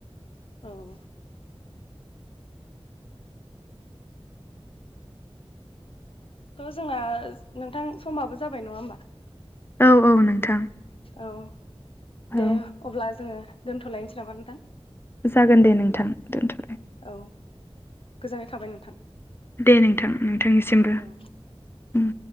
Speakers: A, on the left; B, on the left.
A: औ थ' जोंना नोंथां समाबो जाबाय नङा होमबा
B: औ औ नोंथां
A: औ
B: औ
A: दे अब्ला जोङो दोनथ'लायनोसै नामा नोंथां?
B: जागोन दे नोंथां दोनथ'बाय
A: औ गोजोननाय थाबाय नोंथां।
B: दे नोंथां नोंथांनिसिमबो।
A: औ
B: उम